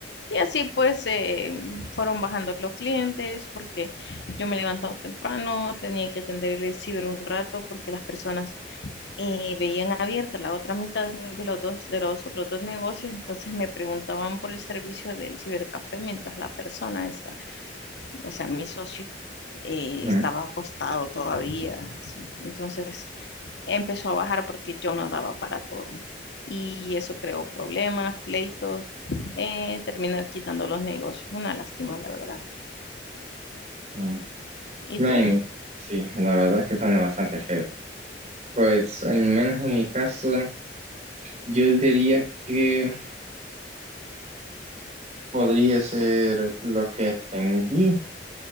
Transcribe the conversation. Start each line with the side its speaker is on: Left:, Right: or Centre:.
Left: Y así pues eh, fueron bajando los clientes porque yo me levantaba temprano, tenía que atender el ciber un rato porque las personas eh, veían abierta la otra mitad de de los dos, de los otros dos negocios, entonces me preguntaban por el servicio del cibercafé mientras la persona estaba o sea, mi socio, eh,
Right: ujú,
Left: estaba acostado todavía. ¿sí? Entonces empezó a bajar porque yo no daba para todo. Y eso creó problemas, pleitos, eh, terminar quitando los negocios. Una lástima, la verdad.
Right: ujú.
Left: ¿Y
Right: Bueno,
Left: tú?
Right: sí, la verdad es que suena bastante feo. Pues al menos en mi caso, yo diría que podría ser lo que aprendí.